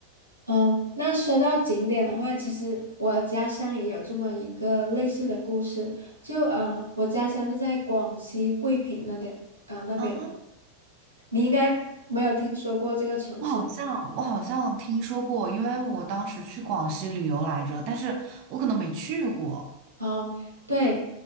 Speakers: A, on the left (about 90°); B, on the right (about 45°).
A: 嗯，那说到景点的话，其实我的家乡也有这么一个类似的故事。就呃，我家乡是在广西桂平那边，呃，那边嘛
B: 啊，
A: 你应该没有听说过这个城市
B: 我好像我好像听说过，因为我当时去广西旅游来着，但是我可能没去过。
A: 哦。对，